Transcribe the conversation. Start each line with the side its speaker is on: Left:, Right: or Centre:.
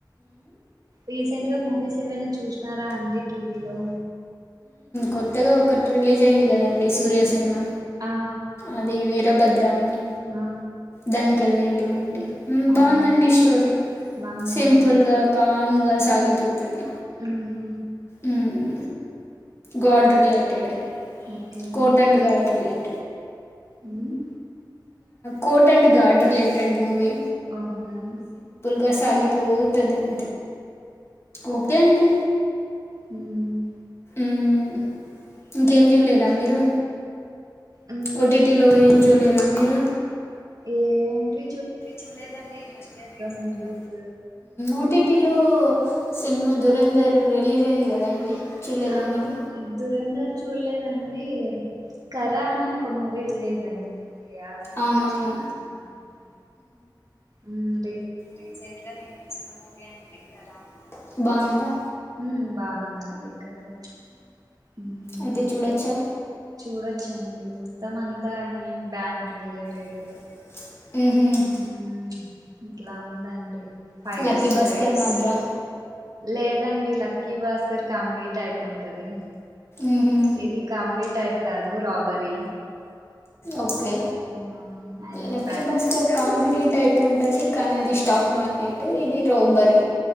Right: రీసెంట్ గా మూవీస్ ఏవైనా చూసినారా అండి టీవీలో
Left: కొత్తగా ఒకటి రిలీజ్ అయింది కదండి సూర్యా సినిమా
Right: ఆ
Left: అది వీరభద్ర అని
Right: ఆ
Left: దానికి కెళ్ళింటుమండి
Right: అవునవును
Left: బాగుందండి స్టోరీ
Right: బాగుందా
Left: సింపుల్
Right: అండి
Left: గా ఒకా మ్ గా సాగిపోతే అది
Right: ఉహు
Left: మ్మ్ god related
Right: okay
Left: court and guard related
Right: మ్మ్
Left: court and guard related movie
Right: అవునా
Left: గస్ ఆగిపోతది అం ఓకే అండి
Right: హ్మ్మ్
Left: హ్మ్మ్ ఇంకేం చూల్లేదా మీరు
Right: ఉమ్
Left: ఓటీటి లో ఏం చూలేదా మీరు
Right: ఏ ఏంటి
Left: చూడలేడండి ఇ మధ్య రీసెంట్
Right: మూవీస్
Left: గా ఓ టి టి లో సినిమా దురంధర్ రిలీజ్ అయింది కదండి చూడలేదా
Right: అవునా
Left: మీరు
Right: దురేంధర్ చూడలేదండి కరా అని ఒక మూవీ రిలీజ్ అయిందండి ఆ సినిమా
Left: అవునవును
Right: చూసిననని అండి ఉన
Left: రీసెంట్గా నేను మూవీ అంటే కరా బాగుందా
Right: ఉమ్ బాగుందండి ఇక బాగుంట ఉవేత
Left: అయితే చూడొచ్చా
Right: చూడ వచ్చు అండి మొత్తం అంతా I mean bank related
Left: village
Right: um ఇట్లా ఉందండి ఫైట్స్
Left: లక్కీ బాస్కర్ మాధర్ ఆ
Right: లేదండి లక్కీ భాస్కర్ కామెడీ టైప్ ఉంటది
Left: మ్మ్హ.
Right: ఇది కామెడీ టైప్ కాదు robbery
Left: okay okay
Right: ah, I mean
Left: lucky
Right: bank
Left: Bhaskar comedy type ఉంటది కానీ అది స్టాక్ మార్కెట్ ఇది రోబరి